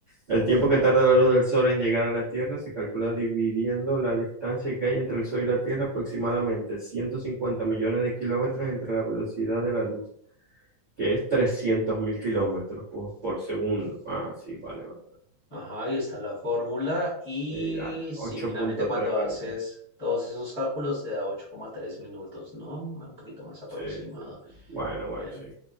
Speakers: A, on the right (about 55°); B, on the left (about 40°).
A: el tiempo que tarda la luz del sol en llegar a la Tierra se calcula dividiendo la distancia que hay entre el sol y la Tierra, aproximadamente 150 millones de kilómetros entre la velocidad de la luz, que es trescientos mil kilómetros por, por segundo. Ah, sí, vale, vale.
B: Ajá, ahí está la fórmula. Y
A: Eh, ya,
B: sí,
A: ocho
B: finalmente
A: punto
B: cuando
A: tres minutos.
B: haces todos esos cálculos te da ocho coma tres minutos, ¿no? Un poquito más aproximado.
A: Sí, sí, sí. Bueno, bueno,
B: Bueno,
A: sí.